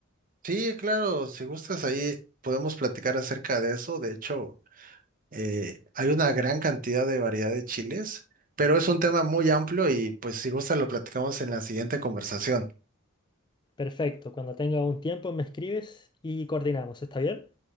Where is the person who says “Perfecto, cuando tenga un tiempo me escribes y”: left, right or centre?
Left